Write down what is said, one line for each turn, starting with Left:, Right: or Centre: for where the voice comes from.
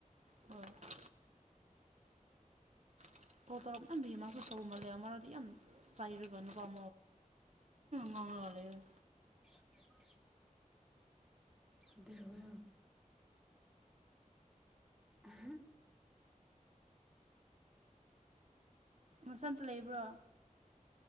Right: <unintelligible> <unintelligible> ꯆꯩꯔꯒꯥ <unintelligible> ꯑꯗꯨꯝ ꯒꯥꯎꯔ ꯂꯩꯔꯦꯗ
Centre: <unintelligible> <unintelligible> ꯑ ꯍ
Right: ꯃꯨꯁꯟꯇ ꯂꯩꯕ꯭ꯔꯣ